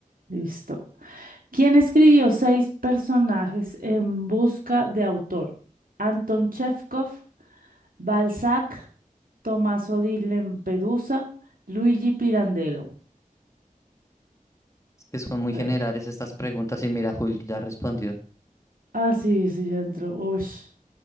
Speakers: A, on the right; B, on the left.
A: listo. ¿Quién escribió seis personajes en busca de autor? Anton Chekhov, Balzac, Tommaso di Lempedusa, Luigi Pirandello.
B: Es que son muy
A: Okay.
B: generales estas preguntas y mira, Hulk ya respondió.
A: Ah, sí, sí, ya entró. Ush.